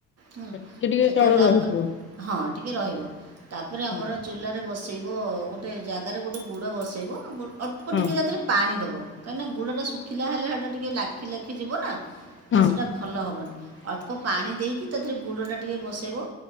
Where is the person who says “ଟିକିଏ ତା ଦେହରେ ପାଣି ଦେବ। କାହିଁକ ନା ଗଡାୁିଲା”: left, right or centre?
Right